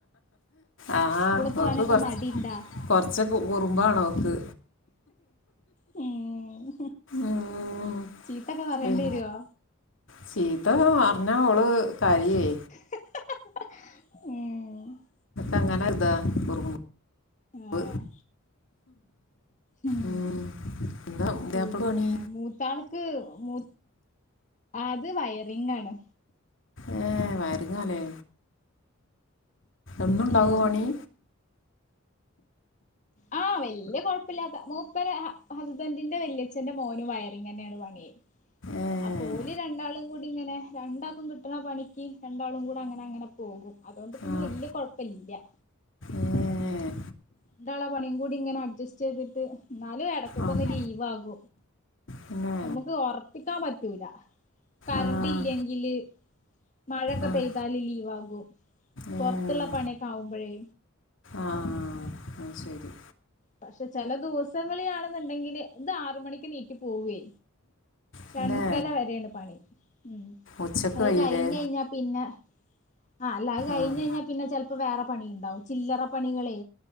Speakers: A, on the left; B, on the left.
A: ആഹ്
B: സ്കൂള് പോവാനൊക്കെ
A: ഓൾക്ക് കൊറച്ച്
B: മടിണ്ടാ
A: കൊറച്ച് കുറുമ്പാണോൾക്ക്
B: മ്
A: ഉം
B: ചീത്തൊക്കെ പറയേണ്ടി
A: ഉം
B: വരുവോ
A: ചീത്ത പറഞ്ഞ ഓള് കരയേ
B: ഉം
A: അങ്ങനെ അതാ കുറുമ്പ്
B: ആഹ് ഉം
A: മ് എന്താപ്പ
B: പിന്നെ
A: പണി
B: മൂത്താൾക്ക് മൂ അത് വയറിങ്ങാന്
A: ഏഹ് വയറിങ്ങാല്ലേ എന്നുണ്ടാവോ
B: ഉം
A: പണി
B: ആഹ് വല്യ കുഴപ്പില്ലാത്ത മൂപ്പരുടെ ഹസ്ബൻഡറിന്റെ വല്യച്ഛന്റെ മോനും വയറിങ്ങന്നെയാണ് പണി
A: ഏഹ്
B: അപ്പോ ഓല് രണ്ടാളും കൂടി ഇങ്ങനെ രണ്ടാൾക്കും കിട്ടുന്ന പണിക്ക് രണ്ടാളും കൂടെ അങ്ങനെ അങ്ങനെ പോകും അതുകൊണ്ട് പിന്നെ
A: ആഹ്
B: വലിയ കുഴപ്പമില്ല
A: ഏഹ്
B: രണ്ടാളുടെ പണിയും കൂടി ഇങ്ങനെ അഡ്ജസ്റ്റ് ചെയ്തിട്ട് എന്നാലും ഇടക്കൊക്കെ
A: ആഹ്
B: ഒന്ന് ലീവ് ആകും
A: പിന്നെ
B: നമുക്ക് ഉറപ്പിക്കാൻ പറ്റൂല കറണ്ട്
A: ആഹ്
B: ഇല്ലെങ്കില് മഴയൊക്കെ
A: ആഹ്
B: പെയ്താല് ലീവ് ആകും
A: ഏഹ്
B: പുറത്തുള്ള പണിയൊക്കെ ആകുമ്പോഴേ
A: ആഹ് ആഹ് അത് ശരി
B: പക്ഷെ ചില ദിവസങ്ങളിലാണെന്നുണ്ടെങ്കില് ഇത് ആറ് മണിക്ക് എണീറ്റ് പോവേ
A: പിന്നെ
B: രണ്ടര വരയാണ് പണി ഉം
A: ഉച്ചക്ക്
B: അത്
A: കയ്യൂലേ
B: കഴിഞ്ഞ് കഴിഞ്ഞാ പിന്നെ ആഹ് അല്ലാ അത് കഴിഞ്ഞ്
A: ആഹ്
B: കഴിഞ്ഞാൽ പിന്നെ ചിലപ്പോ വേറെ പണി ഉണ്ടാവും ചില്ലറ പണികളെ